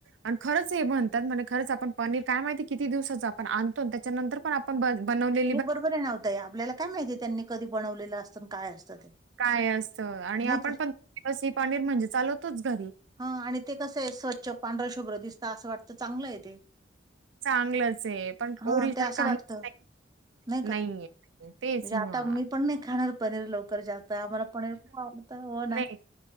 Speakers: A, on the right (about 75°); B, on the right (about 20°).
A: आणि खरंच हे म्हणतात म्हण खरंच आपण पनीर काय माहिती किती दिवसाच आपण आणतो त्याच्यानंतर पण. आप बनवले.
B: नाही बरोबर आहे नव्हतय आपल्याला काय माहितीय त्यांनी कधी बनवलेलं असतं काय असतं. ते
A: काय असतं आणि
B: नाही
A: आपण
B: का
A: पं दिवस ही पनीर म्हणजे चालवतोच घरी.
B: हा आणि ते कसं आहे स्वच्छ पांढर शुभ्र दिसत असं वाटतं चांगलं आहे ते.
A: चांगलंच आहे पण
B: हा
A: ओरिजिनल
B: ते असं
A: काहीच
B: वाटतं.
A: नाही
B: नाही का
A: नाहीये तेच
B: म्हणजे
A: मग.
B: आता मी पण नाही खाणार पनीर लवकर जास्त. आम्हाला पनीर खूप आवडतं हो ना
A: नाही